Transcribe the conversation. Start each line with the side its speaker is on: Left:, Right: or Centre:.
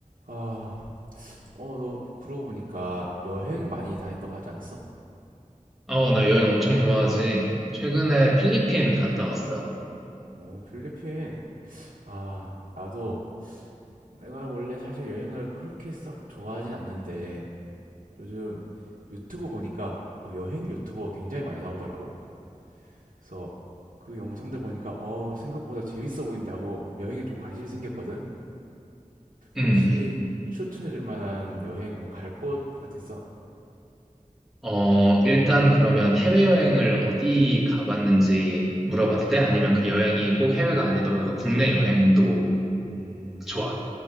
Right: 아, 어, 너 그러고 보니까 여행 많이 다녔다고 하지 않았어?
Centre: 어, 나 여행 엄청 좋아하지. 최근에 필리핀 갔다 왔어.
Right: 오, 필리핀. 아, 나도 내가 원래 사실 여행을 그렇게 썩 좋아하진 않는데 요즘 유튜브 보니까 어, 여행 유튜버 굉장히 많이 나오더라고. 그래서 그 영상들 보니까 어, 생각보다 재밌어 보인다 하고 여행에 좀 관심이 생겼거든.
Centre: 음.
Right: 혹시 추천해 줄 만한 여행 뭐 갈 곳 같았어?
Centre: 어, 일단 그러면 해외여행을 어디 가봤는지 물어봐도 돼? 아니면 그 여행이 꼭 해외가 아니더라도 국내 여행도
Right: 음,
Centre: 좋아.